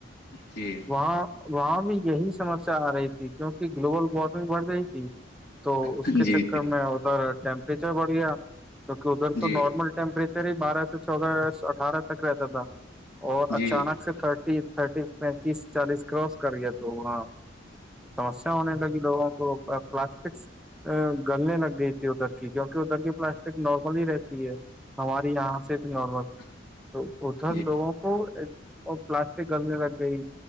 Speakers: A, on the left; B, in the centre.
A: تین
B: وہاں وہاں میں یہی سمسیا آ رہی تھی کیوںکہ گلوبل وارمنگ بڑھ رہی تھی تو اس کے
A: جی
B: چکر
A: جی
B: میں ادھر ٹیمپریچر بڑھ گیا کیوںکہ ادھر
A: جی
B: تو نارمل ٹیمپریچر پ بارہ سے چودہ اٹھارہ تک رہتا تھا اور
A: جی
B: اچانک سے تھرٹی تھرٹی پینتیس چالیس کراس کریے تو وہاں سمیا ہونے لگی لوگوں کو پلاسٹک ا گلنے لگ گئی تھی ادھر کی کیونکہ ادھر کی پلاسٹک نارمل ہی رہتی ہے ہماری یہاں سے بھی نارمل ادھر
A: جی
B: لوگوں کو اور پلاسٹک گلنے لگ گئی